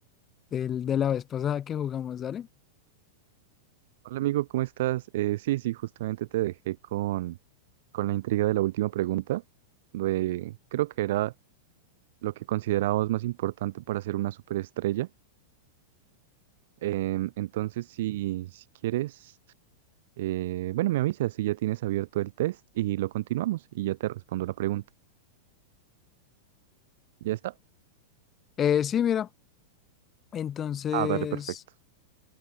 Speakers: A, on the left; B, on the right.
A: del, de la vez pasada que jugamos, dale.
B: Hola amigo, ¿cómo estás? Eh, sí, sí, justamente te dejé con, con la intriga de la última pregunta, de creo que era lo que considerabas más importante para ser una superestrella. Em, entonces, si, si quieres, eh, bueno, me avisas si ya tienes abierto el test y lo continuamos y ya te respondo la pregunta. ¿Ya está?
A: Eh, sí, mira, entonces,
B: Ah, dale, perfecto.